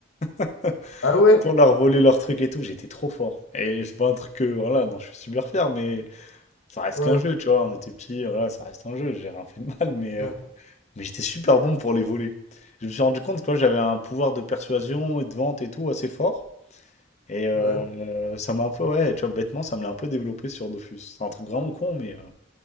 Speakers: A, on the left (about 35°); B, on the left (about 80°).
A: <laughs>
B: Ah ouais?
A: Pour leur voler leurs trucs et tout, j'étais trop fort. Et c'est pas un truc que, voilà, non, je suis super fier, mais ça reste
B: Ouais,
A: qu'un jeu, tu vois. On était petits, voilà, ça reste un jeu, j'ai rien fait de mal, mais, euh,
B: ouais,
A: mais j'étais super bon pour les voler. Je me suis rendu compte que moi, j'avais un pouvoir de persuasion et de vente et tout assez fort. Et euh,
B: ouais.
A: euh, ça m'a un peu, ouais, tu vois, bêtement, ça me l'a un peu développé sur Dofus. C'est un truc vraiment con, mais euh,